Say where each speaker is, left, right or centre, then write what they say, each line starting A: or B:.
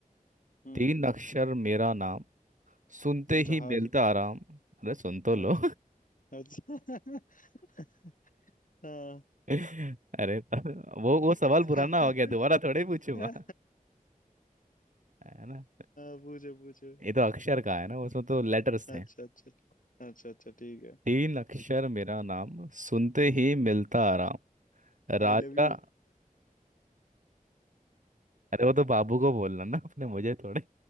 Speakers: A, on the left; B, on the right.
A: हम्म
B: तीन अक्षर मेरा नाम सुनते
A: जहाज
B: ही मिलता आराम अरे सुन तो
A: अच्छा
B: लो
A: अच्छा <laughs> हाँ
B: <laughs> अरे वो वो सवाल
A: <laughs>
B: पुराना हो गया दोबारा थोड़े पूछूंगा
A: हाँ
B: है
A: पूछो पूछो
B: ये तो अक्षर का है ना उसमें तो लेटर्स थे
A: अच्छा अच्छा अच्छा अच्छा ठीक है
B: तीन अक्षर मेरा नाम सुनते ही मिलता आराम
A: I
B: राजा
A: love you
B: अरे वो तो बाबू को बोलना ना अपने मुझे थोड़े